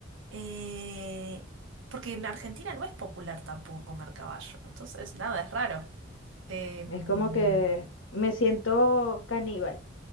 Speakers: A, on the right; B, on the left.
A: Eh, porque en Argentina no es popular tampoco comer caballo. Entonces, nada, es raro. Em,
B: es como que me siento caníbal,